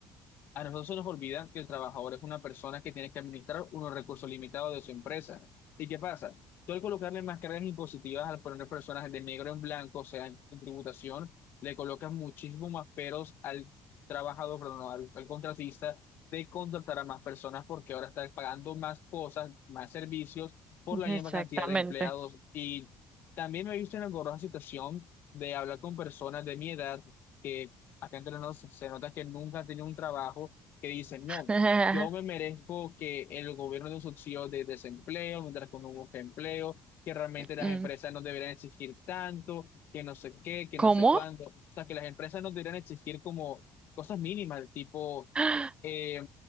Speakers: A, on the left (about 60°); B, on the right (about 30°).
A: a nosotros se nos olvida que el trabajador es una persona que tiene que administrar unos recursos limitados de su empresa. ¿Y qué pasa? Tú al colocarle más cargas impositivas, al poner personas de negro en blanco, o sea, en, en tributación, le colocas muchísimos más peros al trabajador, perdón, no, al, al contratista de contratar a más personas porque ahora está pagando más cosas, más servicios por
B: Exactamente.
A: la misma cantidad de empleados. Y también me he visto en la engorrosa situación de hablar con personas de mi edad. que acá entre nos se nota que nunca han tenido un trabajo que dicen, no,
B: <laughs>
A: yo me merezco que el gobierno dé un subsidio de desempleo mientras que uno busca empleo, que realmente las
B: Mm,
A: empresas no deberían exigir tanto, que no sé qué, que
B: ¿Cómo?
A: no sé cuándo. O sea, que las empresas no deberían exigir como cosas mínimas, tipo
B: ¡Ah!
A: eh,